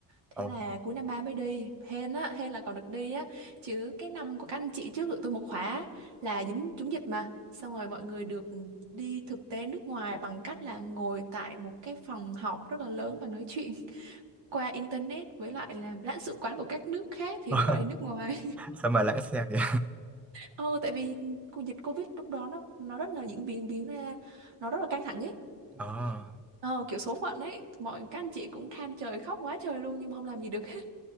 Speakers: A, on the right; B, in the centre.
A: Thế
B: ồ.
A: là cuối năm 3 mới đi. Hên á, hên là còn được đi á. Chứ cái năm của các anh chị trước tụi tôi một khóa là dính trúng dịch mà. Xong rồi mọi người được đi thực tế nước ngoài bằng cách là ngồi tại một cái phòng họp rất là lớn và nói chuyện <laughs> qua internet với lại làm lãnh sự quán của các nước khác thì
B: <laughs>
A: được gọi là nước ngoài.
B: Sao mà lãng xe kìa?
A: Ừ, tại vì cô- dịch Covid lúc đó nó nó rất là diễn biến biến ra nó rất là căng thẳng ấy.
B: Ờ.
A: Ờ, kiểu số phận ấy, mọi các anh chị cũng than trời khóc quá trời luôn nhưng mà không làm gì được hết.